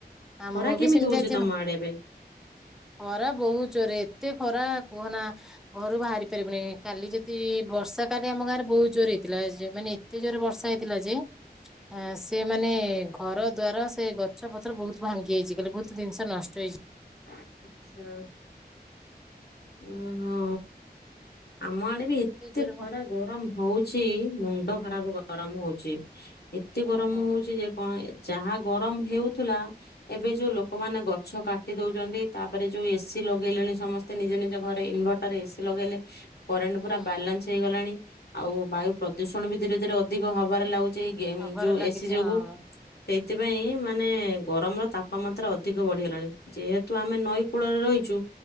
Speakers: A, in the centre; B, on the left.
A: ଆମକୁ
B: ଖରା କେମିତି
A: ବି ସେମିତି ଅଛି
B: <unintelligible>
A: ଖରା ବହୁତ ଜୋରେ, ଏତେ ଖରା କୁହନା। ଘରୁ ବାହାରି ପାରିବୁନି, କାଲି ଯଦି ବର୍ଷା କାଲି ଆମ ଗାଁରେ ବହୁତ୍ ଜୋର ହେଇଥିଲା ଜେମାନେ ଏତେ ଜୋରେ ବର୍ଷା ହେଇଥିଲା ଯେ ଆଁ, ସେ ମାନେ ଘର ଦ୍ଵାର, ସେ ଗଛ ପତ୍ର ବହୁତ୍ ଭାଙ୍ଗି ଯାଇଛି, କଳେ ବହୁତ୍ ଜିନିଷ ନଷ୍ଟ ହେଇଛି।
B: ଆଚ୍ଛା, ଉଁ-ଉ-ଉ। ଆମ ଆଡେ ବି ଏତେ
A: ଜୋରେ
B: ଖରା
A: ବ
B: ଗରମ ହଉଚି, ମୁଣ୍ଡ ଖରାପ୍ ଗରମ୍ ହଉଚି। ଏତେ
A: ଓହୋ
B: ଗରମ୍ ହଉଚି ଯେ କଣ ଯାହା ଗରମ୍ ହେଉଥିଲା, ଏବେ ଯୋଉ ଲୋକମାନେ ଗଛ କାଟି ଦଉଛନ୍ତି ତାପରେ ଯୋଉ ଏସି ଲଗେଇଲେଣି, ସମସ୍ତେ ନିଜ ନିଜ ଘରେ ଇନଭର୍ଟର ଏସି ଲଗେଇଲେ କରେଣ୍ଟ୍
A: ହଁ
B: ପୁରା ବାଲାନ୍ସ
A: ହଁ
B: ହେଇଗଲାଣି, ଆଉ ବାୟୁ ପ୍ରଦୂଷଣ ବି ଧୀରେ ଧୀରେ ଅଧିକ ହବାରେ ଲାଗୁ ଚି ଗେମ୍
A: ଖବର
B: ଯୋଉ
A: ଲାଗିଛି
B: ଏସି ଯୋଗୁ।
A: ହଁ
B: ସେଇଥିପାଇଁ ମାନେ ଗରମ୍ ର ତାପମାତ୍ରା ଅଧିକ ବଢିଗଲାଣି, ଯେହେତ୍ ତୁ ଆମେ ନଈ କୂଳରେ ରହିଛୁ।